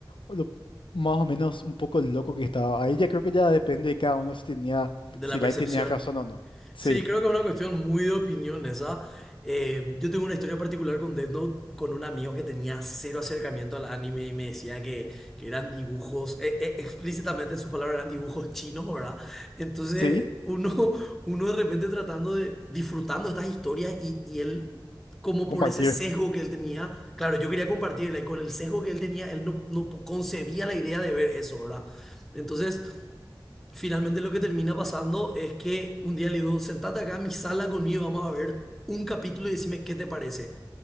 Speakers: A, on the left (about 85°); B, in the centre.
A: lo más o menos un poco loco que estaba. Ahí ya creo que ya depende de cada uno si tenía,
B: de
A: si
B: la percepción.
A: Light tenía razón o no. Sí,
B: Sí, creo que es una cuestión muy de opinión esa. Eh, yo tengo una historia particular con Death Note, con un amigo que tenía cero acercamiento al anime y me decía que, que eran dibujos, eh, eh, explícitamente en sus palabras eran dibujos chinos, ¿verdad? Entonces
A: sí,
B: uno, <laughs> uno de repente tratando de, disfrutando estas historias y, y él, como
A: compartir.
B: por ese sesgo que él tenía, claro, yo quería compartirla y con el sesgo que él tenía, él no, no concebía la idea de ver eso, ¿verdad? Entonces... Finalmente lo que termina pasando es que un día le digo, sentate acá en mi sala conmigo, vamos a ver un capítulo y decime qué te parece.